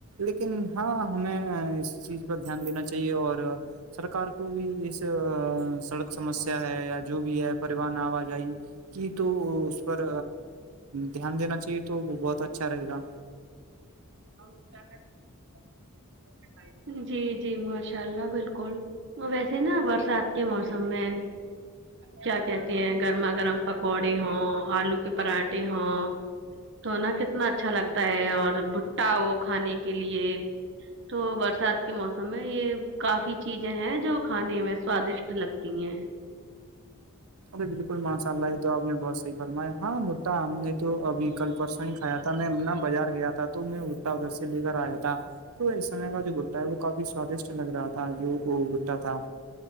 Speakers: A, on the right; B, on the right.
A: لیکن ہاں ہمیں اس چیز پر دھیان دینا چاہیے اور سرکار کو بھی اس سڑک سمسیا ہے یا جو بھی ہے پریون آوجائی کہ تو اس پر دھیان دینا چاہیے تو وہ بہت اچھا رہے گا
B: ج <unintelligible> جی جی ماشاء اللہ بالکل ویسے نا برسات کے موسم میں کیا کہتے ہیں گرما گرم پکوڑے ہوں آلو کے پراٹھے ہوں توونا کتنا اچھا لگتا ہے اور بھٹا ہو کھانے کے لیے تو برسات کے موسم میں یہ کافی چیزیں ہیں جو کھانے میں سوادشٹ لگتی ہیں
A: ارے بالکل ماشاء اللہ یہ تو آپ نے بت صحیح فرمایا ہاں بٹا ہم نے تو ابھی کل پرسوں انی کھایا تھا میں ن بازار گیا تھا تو میں بھٹا ادھر سے لے کر آیا تھا تو اس سمے کا جو گٹا ہے وہ کافی سوادشٹ لگ رہا تھا جو وہ بٹا تھا